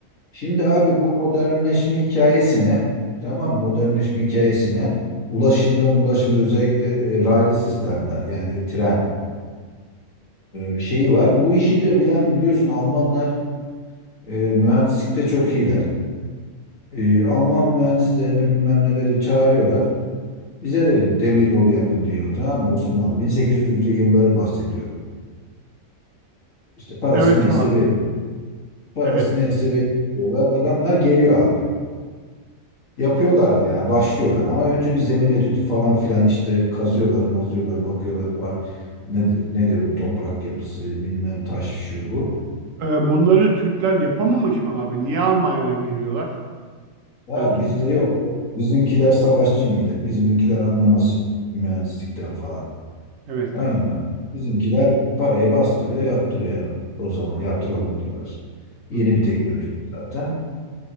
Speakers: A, on the left; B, on the right.
A: Şimdi abi bu modernleşme hikayesine tamam mı? modernleşme hikayesine ulaşımda ulaşımda özellikle e, raylı sistemler yani tren e, şeyi var. Bu işi de bilen biliyorsun Almanlar e, mühendislikte çok iyiler. E, Alman mühendislerini bilmem neleri çağırıyorlar. Bize de bir demir yolu yapın diyor tamam mı Osmanlı? 1800'lü yılları bahsediyorum. İşte parası
B: Evet
A: neyse
B: abi.
A: verin. Parası
B: Evet.
A: neyse verin diyorlar. Adamlar geliyor abi. Yapıyorlar da yani başlıyorlar. Ama önce bir zemin etüdü falan filan işte kazıyorlar, mazıyorlar, bakıyorlar. Par nedir, nedir bu toprak yapısı bilmem taş şu bu.
B: Ee, bunları Türkler yapamamış mı abi? Niye Almanya'dan geliyorlar?
A: Ya
B: Yani Türk.
A: bizde yok. Bizimkiler savaşçı millet. Bizimkiler anlamaz mühendislikten falan.
B: Evet.
A: Ama bizimkiler parayı bastırıyor, yaptırıyor o zaman. Yaptıralım diyorlar. Yeni
B: Hı hı.
A: bir teknoloji zaten.